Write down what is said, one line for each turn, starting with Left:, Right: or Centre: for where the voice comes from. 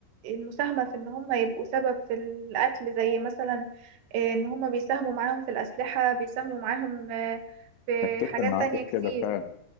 Right: المساهمة في إن هم يبقوا سبب في القتل زي مثلا آه، إن هم بيساهموا معاهم في الأسلحة بيساهموا معاهم آه، في
Left: اتفق
Right: حاجات
Left: معاك
Right: تانية
Left: في
Right: كتير
Left: كده فعلا